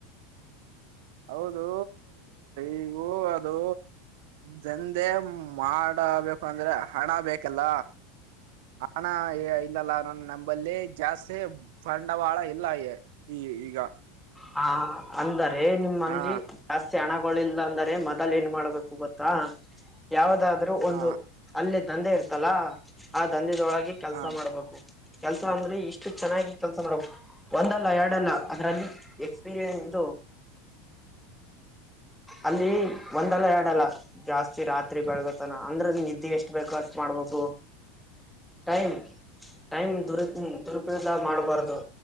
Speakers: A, on the right (about 65°); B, in the centre.
A: ಹೌದು ಈಗೂ ಅದು ದಂದೆ ಮಾಡಬೇಕು ಅಂದ್ರೆ ಹಣ ಬೇಕಲ್ಲ ಹಣ ಇಲ್ಲಲ್ಲ ನ ನಂಬಲ್ಲಿ ಜಾಸ್ತಿ ಸಂಡವಾಳ ಎಲ್ಲ ಈ ಈಗ
B: ಹಾ ಅಂದರೆ ನಿಮ್ಮಲ್ಲಿ
A: ಹಾ
B: ಜಾಸ್ತಿ ಹಣಗಳಿಲ್ಲ ಅಂದರೆ ಮೊದಲ್ ಏನ್ ಮಾಡ್ಬೇಕು ಗೊತ್ತಾ ಯಾವದಾದ್ರೂ
A: ಹಾ
B: ಒಂದು ಅಲ್ಲಿ ದಂಧೆ ಇರ್ತಲ್ಲ ಆ ದಂಧದೊಳಗೆ ಕೆಲ್ಸ
A: ಹಾ
B: ಮಾಡ್ಬೇಕು ಕೆಲ್ಸ ಅಂದ್ರೆ ಇಷ್ಟು ಚೆನ್ನಾಗಿ ಕೆಲ್ಸ ಮಾಡುವ ಒಂದಲ್ಲ ಎರಡ ಅಲ್ಲ ಅದ್ರಲ್ಲಿ ಎಕ್ಸ್ಪೀರಿಯನ್ಸ್ ಇದು ಅಲ್ಲಿ ಒಂದಲ್ಲ ಎರಡಲ್ಲ ಜಾಸ್ತಿ ರಾತ್ರಿ ಬೆಳಗತನ ಅಂದ್ರೆ ನೀ ನಿದ್ದಿ ಎಷ್ಟ್ ಬೇಕೊ ಅಷ್ಟ್ ಮಾಡ್ಬೇಕು ಟೈಮ್ ಟೈಮ್ ದುರುಪನ್ ದುರುಪಯೋಗ ಮಾಡ್ಬಾರ್ದು